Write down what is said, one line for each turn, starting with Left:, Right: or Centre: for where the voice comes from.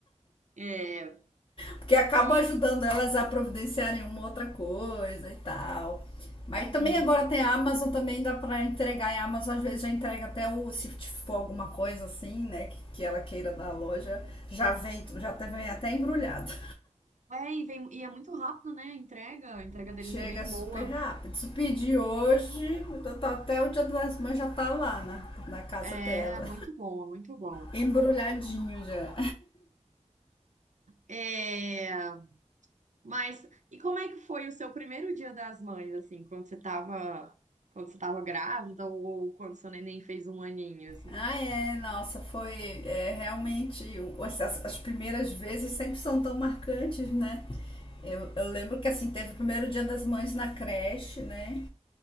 Right: é.
Left: Porque acaba
Right: E,
Left: ajudando elas a providenciarem uma outra coisa e tal. Mas
Right: uhum.
Left: também agora tem a Amazon, também dá pra entregar. E a Amazon às vezes já entrega até o, se for alguma coisa assim, né, que, que ela queira da loja, já vem, já até- vem até embrulhado.
Right: É, e, vem, e é muito rápido, né? A entrega, a entrega
Left: <laughs>
Right: deles
Left: Chega
Right: é bem
Left: super
Right: boa.
Left: rápido. Se pedir hoje, então tá- até o dia das mães já tá lá, né, na casa
Right: É,
Left: dela.
Right: é muito boa, muito bom.
Left: <laughs> Embrulhadinho já.
Right: É, mas, e como é que foi o seu primeiro dia das mães, assim, quando você tava, quando você tava grávida ou quando seu neném fez um aninho, assim?
Left: Ah, é, nossa, foi é, realmente. o- As, as- as primeiras vezes sempre são tão marcantes, né? Eu, eu lembro que assim, teve o primeiro dia das mães na creche, né?